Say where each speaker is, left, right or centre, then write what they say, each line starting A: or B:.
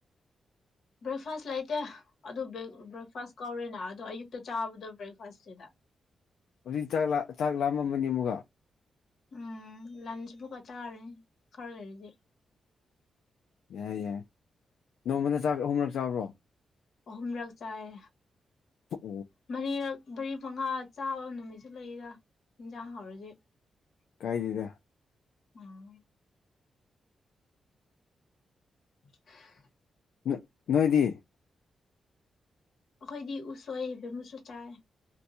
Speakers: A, on the left (about 60°); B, on the left (about 85°).
A: ꯕ꯭ꯔꯦꯛꯐꯥꯁ ꯂꯩꯇꯦ ꯑꯗꯨ ꯕ꯭ꯔꯦꯛ ꯕ꯭ꯔꯦꯛꯐꯥꯁ ꯀꯧꯔꯦꯅꯥ ꯑꯗꯣ ꯑꯌꯨꯛꯇ ꯆꯥꯕꯗꯣ ꯕ꯭ꯔꯦꯛꯐꯥꯁꯁꯤꯗ
B: ꯍꯧꯖꯤꯛ ꯆꯥꯛ ꯂꯥ ꯆꯥꯛ ꯂꯥꯝꯃꯝꯃꯅꯤ ꯑꯃꯨꯛꯀ
A: ꯎꯝ ꯂꯟꯁ ꯑꯃꯨꯛꯀ ꯆꯥꯔꯅꯤ ꯈꯔ ꯂꯩꯔꯗꯤ
B: ꯌꯥꯏ ꯌꯥꯏ ꯅꯣꯡꯃꯅ ꯆꯥꯛ ꯑꯍꯨꯝꯔꯛ ꯆꯥꯕ꯭ꯔꯣ
A: ꯑꯍꯨꯝꯔꯛ ꯆꯥꯏ
B: ꯄꯣ
A: ꯃꯔꯤꯔꯛ ꯃꯔꯤ ꯃꯉꯥ ꯆꯥꯕ ꯅꯨꯃꯤꯠꯁꯨ ꯂꯩꯗꯤ ꯏꯟꯖꯥꯡ ꯍꯥꯎꯔꯗꯤ
B: ꯀꯥꯏꯗꯦꯗꯥ
A: ꯑꯝ <unintelligible>
B: ꯅꯣ ꯅꯣꯏꯗꯤ
A: ꯑꯩꯈꯣꯏꯗꯤ ꯎꯁꯣꯏꯕꯦꯝꯃꯨꯁꯨ ꯆꯥꯏ